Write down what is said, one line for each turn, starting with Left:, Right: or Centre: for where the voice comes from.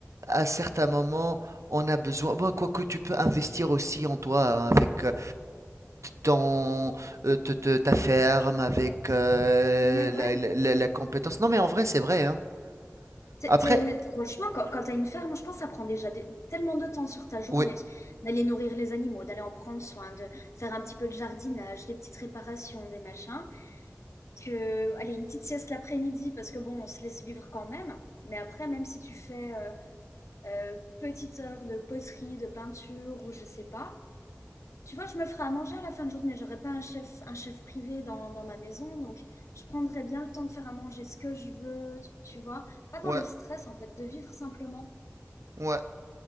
Right: à certains moments, on a besoin. Bon, quoique tu peux investir aussi en toi hein, avec euh, ton, euh, te- te- ta ferme, avec euh,
Left: Mais ouais.
Right: la, la- la- la compétence. Non, mais en vrai, c'est vrai, hein.
Left: T'es-
Right: Après,
Left: t'es- franchement, quand, quand tu as une ferme, je pense que ça prend déjà des- tellement de temps sur ta journée
Right: oui,
Left: d'aller nourrir les animaux, d'aller en prendre soin, de faire un petit peu de jardinage, des petites réparations, des machins, que, allez, une petite sieste l'après-midi, parce que bon, on se laisse vivre quand même, mais après, même si tu fais... euh, euh, petite heure de poterie, de peinture ou je sais pas. Tu vois, je me ferai à manger à la fin de journée. J'aurai pas un chef, un chef privé dans, dans ma maison, donc je prendrai bien le temps de faire à manger ce que je veux, tu, tu vois. Pas dans
Right: ouais,
Left: le stress, en fait, de vivre simplement.
Right: ouais,